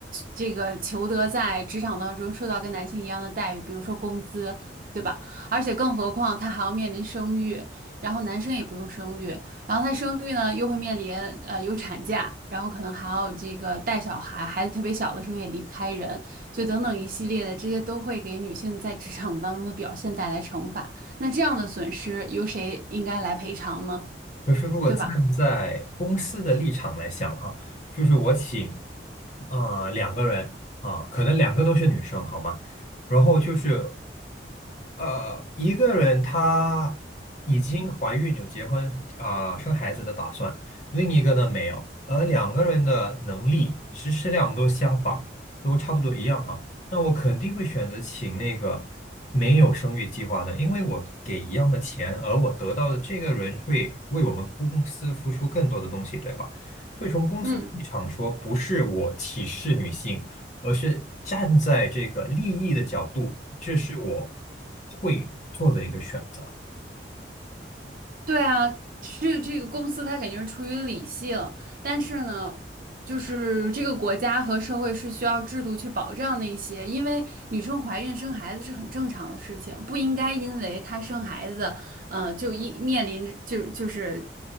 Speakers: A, on the right (about 50°); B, on the left (about 45°).
A: 这个求得在职场当中受到跟男性一样的待遇，比如说工资，对吧？而且更何况他还要面临生育，然后男生也不用生育，然后他生育呢又会面临呃有产假，然后可能还要这个带小孩，孩子特别小的时候也离不开人。就等等一系列的，这些都会给女性在职场当中的表现带来惩罚。那这样的损失由谁应该来赔偿呢？
B: 可是如果站在公司的立场来想啊，
A: 对吧？
B: 就是我请啊呃两个人啊、可能两个都是女生，好吗？然后就是。呃，一个人她已经怀孕有结婚啊、呃生孩子的打算，另一个呢没有，而两个人的能力、实施量都相仿，都差不多一样哈。那我肯定会选择请那个没有生育计划的，因为我给一样的钱，而我得到的这个人会为我们公司付出更多的东西，对吧？所以从公司的立场说，
A: 嗯，
B: 不是我歧视女性。而是站在这个利益的角度，这是我会做的一个选择。
A: 对啊，是这个公司它肯定是出于理性，但是呢，就是这个国家和社会是需要制度去保障的一些，因为女生怀孕生孩子是很正常的事情，不应该因为她生孩子，呃，就一面临着就就是。